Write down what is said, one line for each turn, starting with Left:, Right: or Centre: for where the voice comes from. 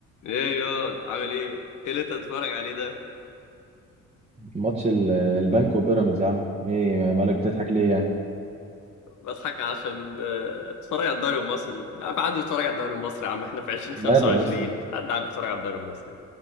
Left: ايه ياض عامل ايه؟ ايه اللي انت بتتفرج عليه ده؟
Right: ماتش ال- البنك وبيراميدز يا عم ايه ما- مالك بتضحك ليه يعني
Left: بضحك عشان آه، اتفرج على الدوري المصري، يا عم عدي بيتفرج على الدوري المصري يا عم احنا في 2025
Right: ماله يا اسطى
Left: عدي عم بيتفرج على الدوري المصري